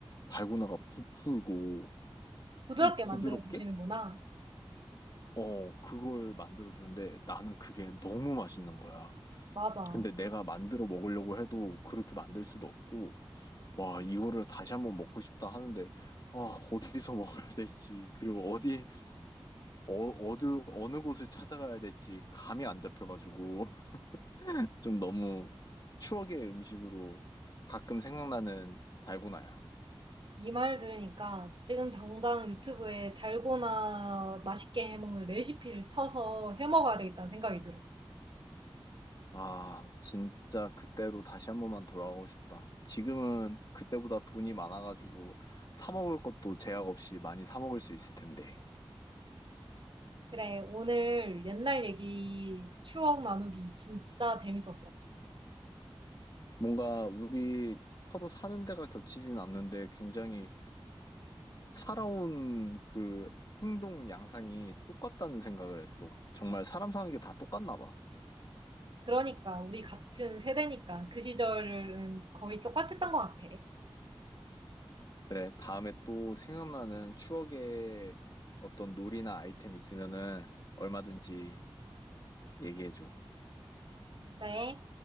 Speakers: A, on the left; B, on the right.
A: 달고나가 부풀고
B: 부드럽게
A: 좀 부드럽게
B: 만들어주시는구나.
A: 어 그걸 만들어주는데 나는 그게 너무 맛있는 거야.
B: 맞아.
A: 근데 내가 만들어 먹으려고 해도 그렇게 만들 수도 없고, 와, 이거를 다시 한번 먹고 싶다 하는데, 아, 어디서 <laughs> 먹어야 될지, 그리고 어디, 어, 어느, 어느 곳을 찾아가야 될지 감이 안 잡혀가지고, <laughs> 좀 너무 추억의 음식으로 가끔 생각나는 달고나야.
B: 이 말 들으니까 지금 당장 유튜브에 달고나 맛있게 해먹는 레시피를 쳐서 해먹어야 되겠다는 생각이 들어.
A: 아, 진짜 그때로 다시 한 번만 돌아가고 싶다. 지금은 그때보다 돈이 많아가지고, 사 먹을 것도 제약 없이 많이 사 먹을 수 있을 텐데.
B: 그래, 오늘 옛날 얘기 추억 나누기 진짜 재밌었어.
A: 뭔가 우리 서로 사는 데가 겹치진 않는데 굉장히 살아온 그 행동 양상이 똑같다는 생각을 했어. 정말 사람 사는 게 다 똑같나 봐.
B: 그러니까, 우리 같은 세대니까 그 시절은 거의 똑같았던 것 같아.
A: 그래, 다음에 또 생각나는 추억의 어떤 놀이나 아이템 있으면은 얼마든지 얘기해줘.
B: 그래.